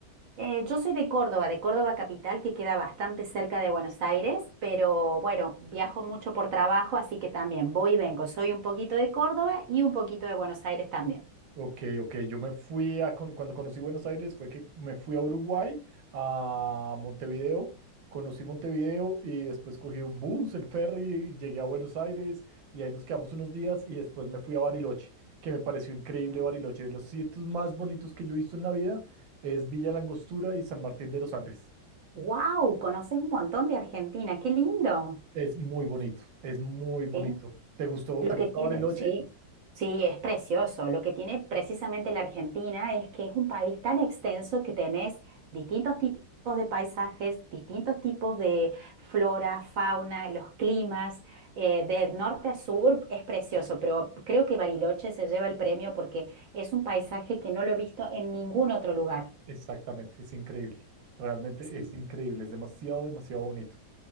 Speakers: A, on the right; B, on the right.
A: Eh, yo soy de Córdoba, de Córdoba capital, que queda bastante cerca de Buenos Aires, pero bueno, viajo mucho por trabajo, así que también voy y vengo. Soy un poquito de Córdoba y un poquito de Buenos Aires también.
B: Ok, ok, yo me fui a, con- cuando conocí Buenos Aires fue que me fui a Uruguay, a Montevideo, conocí Montevideo y después cogí un bus, el ferry, llegué a Buenos Aires y ahí nos quedamos unos días y después me fui a Bariloche, que me pareció increíble Bariloche, de los sitios más bonitos que yo he visto en la vida es Villa La Angostura y San Martín de los Andes.
A: ¡Wow! Conoces un montón de Argentina, qué lindo.
B: Es muy bonito, es muy bonito.
A: Sí.
B: ¿Te gustó,
A: Lo
B: te gustó
A: que tiene,
B: Bariloche?
A: sí, sí, es precioso. Lo que tiene precisamente la Argentina es que es un país tan extenso que tenés distintos tipos de paisajes, distintos tipos de flora, fauna, los climas, eh, de norte a sur es precioso, pero creo que Bariloche se lleva el premio porque es un paisaje que no lo he visto en ningún otro lugar.
B: Exactamente, es increíble, realmente
A: Sí.
B: es increíble, es demasiado, demasiado bonito,